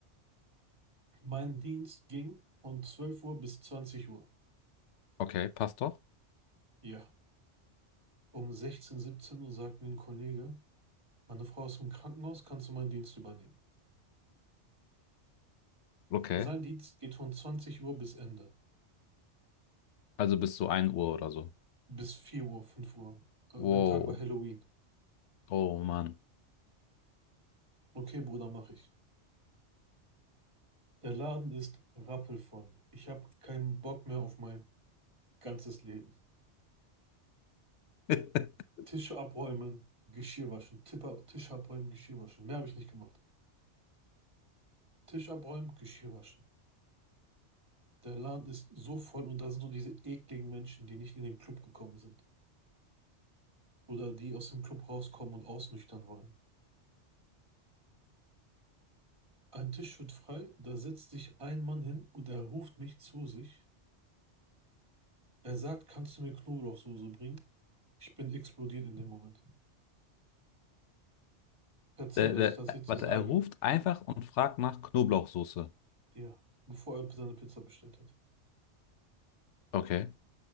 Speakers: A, on the right; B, on the left.
A: Mein Dienst ging von 12 Uhr bis 20 Uhr.
B: Okay, passt doch.
A: Ja. Um 16, 17 Uhr sagt mir ein Kollege, meine Frau ist im Krankenhaus, kannst du meinen Dienst übernehmen?
B: Okay.
A: Sein Dienst geht von 20 Uhr bis Ende.
B: Also bis zu ein Uhr oder so.
A: Bis 4 Uhr, 5 Uhr. An
B: Wow.
A: dem Tag war Halloween.
B: Oh Mann.
A: Okay, Bruder, mache ich. Der Laden ist rappelvoll. Ich habe keinen Bock mehr auf mein ganzes Leben.
B: <laughs>
A: Tische abräumen, Geschirr waschen. Tipper, Tisch abräumen, Geschirr waschen. Mehr habe ich nicht gemacht. Tisch abräumen, Geschirr waschen. Der Laden ist so voll und da sind so diese ekligen Menschen, die nicht in den Club gekommen sind. Oder die aus dem Club rauskommen und ausnüchtern wollen. Ein Tisch wird frei, da setzt sich ein Mann hin und er ruft mich zu sich. Er sagt, kannst du mir Knoblauchsoße bringen? Ich bin explodiert in dem Moment. Verzeih,
B: Der,
A: dass
B: der,
A: ich das
B: äh,
A: jetzt
B: warte,
A: so sage.
B: er ruft einfach und fragt nach Knoblauchsoße.
A: Ja, bevor er seine Pizza bestellt hat.
B: Okay.